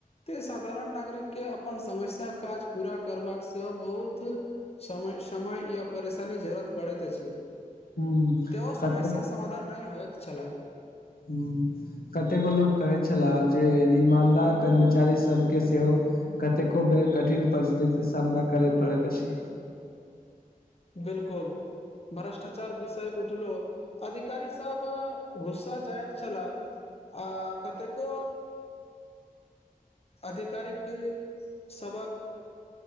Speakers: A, on the left; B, on the left.
A: तऽ साधारण नागरिक के अपन समस्या काज पूरा करबाक सेहो बहुत समय समय ईऔपरेशान जरुरी पड़ैत अछि
B: हूँ
A: कयौ समस्या
B: कतेक
A: समधान नहि होयत छलाह
B: ह कतेको लोक कहै छलाह जे ईमानदार कर्मचारी सबके सेहो। कतेको बेर कठिन परिस्थिति के सामना करै पडैत अछि
A: बिलकुल भ्रष्टाचार विषय उठलो अधिकारी सब गुस्सा जाइत छलाआ कतेको अधिकारी के सब